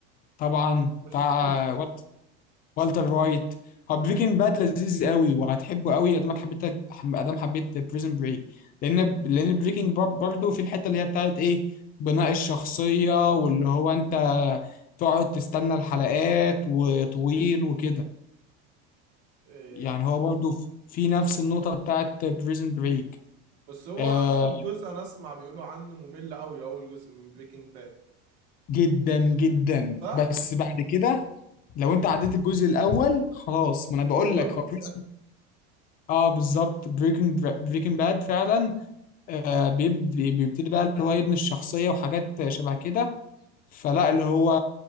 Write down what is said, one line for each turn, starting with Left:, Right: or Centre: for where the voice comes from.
Left: طبعا
Right: ما شفتوش
Left: بتاع
Right: ده.
Left: والتر وايت هو بريكنج باد لذيذ قوي وهتحبه قوي ادامك حبيت ادام حبيت بريزن بريك لان لان بريكنج باد برضه في الحته اللي هي بتاعت ايه بناء الشخصيه واللي هو انت تقعد تستنى الحلقات وطويل وكده
Right: إيه،
Left: يعني هو برضه في في نفس النقطه بتاعت بريزن بريك
Right: بس هو
Left: آه
Right: اول جزء انا اسمع بيقولوا عنه ممل قوي اول جزء من بريكنج باد
Left: جدا جدا
Right: صح؟
Left: بس بعد كده لو انت عديت الجزء الاول خلاص ما
Right: وقومت
Left: انا بقول لك هو بريزن اه بالظبط بريكنج بريكنج باد فعلا آه، بيب- بيبتدي بقى اللي هو يبني الشخصية وحاجات شبه كده فلا اللي هو